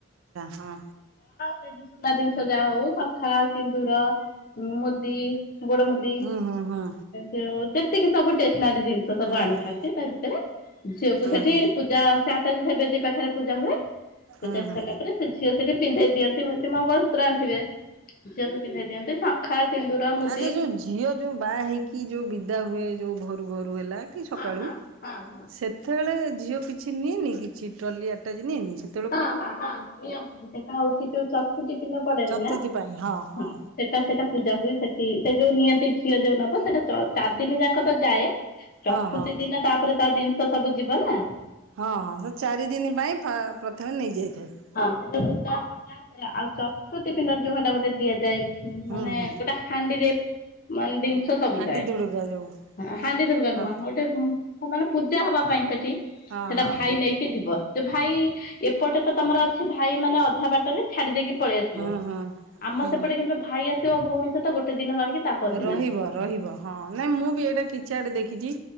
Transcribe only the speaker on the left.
ସେ ସୁନା ଜିନିଷ ଯାହା ହଉ ଶଙ୍ଖା ସିନ୍ଦୁର ମୁଦି ଗୋଡ ମୁଦି
ଯେତିକି ସବୁ ଟେସନାରୀ ଜିନ ସବୁ
ଆଣିଥାନ୍ତି
ତା ଭିତରେ ଝିଅକୁ ସେଠି
ପୂଜା ସେ ଆତା ସେ ବେଦି ପାଖରେ ପୂଜା ହୁଏ।
ପୂଜା
ସାରିଲା ପରେ ସେ ଝିଅ ସେଠି ପିନ୍ଧେଇ ଦିଅନ୍ତି ସେ ମଙ୍ଗଳ ସୂତ୍ର ଆଣିଥିବେ। ଝିଅକୁ ପିନ୍ଧାଇ ଦିଅନ୍ତି ଶଙ୍ଖା। ସିନ୍ଦୁର ମୁଦି
ହଁ ହଁ ହଁ ହଁ
ସେଟା ହଉଛି ଯୋଉ ଚତୁର୍ଥି ପିଣ୍ଡ ପଡେନି
ନା
ହୁଁ। ସେଟା ସେଟା ପୂଜା ହୁଏ ସେଠି ସେ ଯୋଉ ନିହାତି ଝିଅ ଯୋଉ ନବ ସେଇଟା ଚ ଚାରି ଦିନି ଯାଙ୍କ ତ ଯାଏ
ଚତୁର୍ଥୀ
ଦିନ ତାପରେ ତା ଜିନିଷ ସବୁ ଯିବ ନା।
ହଁ ସେ ଯୋଉ ଲୁଗା ପଟା ସେରା ଆଉ ଚତୁର୍ଥୀ ପିଣ୍ଡ ଯୋଉ ସେଟା ଗୋଟେ ଦିଆଯାଏ
ମାନେ
ସେଟା। ହାଣ୍ଡିରେ ମାନେ ଜିନିଷ ସବୁ
ଯାଏ
ହଁ ହାଣ୍ଡି ଧୁଡୁକା
ନୁହଁ ହ ଯୋଉ ହଁ ମାନେ ପୂଜା ହବା ପାଇଁ ସେଠି,
ସେଟା
ଭାଇ ନେଇକି ଯିବ ସେ ଭାଇ। ଏପଟେ ତ ତମର ଅଛି ଭାଇ ମାନେ ଅଧା ବାଟରେ ଛାଡ଼ି ଦେଇେକି। ପଳେଇ ଆସିବ,
ଆମ
ସେପଟେ କିନ୍ତୁ ଭାଇ ଆସିବ ଭଉଣୀ ସହିତ ଗୋଟେ ଦିନ ରହିକି। ତା ପରଦିନ
ଯିବ